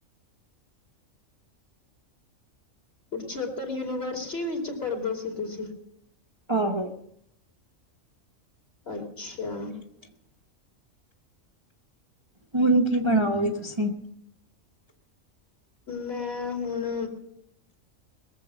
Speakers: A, on the left; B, on the right.
A: ਕੁਰੂਕਸ਼ੇਤਰ, ਯੂਨੀਵਰਸਿਟੀ ਵਿੱਚ ਪੜ੍ਹਦੇ ਸੀ ਤੁਸੀਂ।
B: ਆਹ ਹੋ।
A: ਅੱਛਾ।
B: <inaudible> ਹੁਣ ਕੀ ਬਣਾਓਗੇ ਤੁਸੀਂ?
A: ਮੈਂ <inaudible> ਹੁਣ